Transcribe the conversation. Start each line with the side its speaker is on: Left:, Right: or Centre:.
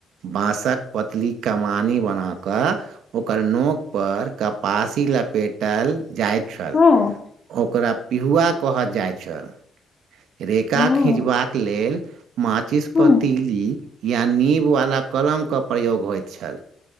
Right: बाँसक पतली कमानी बना कऽ ओकर नोक पर कपासी लपेटल जाइत छल
Left: हँ।
Right: ओकरा पिहुआ कहल जाइ छल रेखा
Left: हँ।
Right: खीचबाक लेल माचिस्पतिल
Left: हुं।
Right: ई या नीबवला कलमके प्रयोग होइत छल।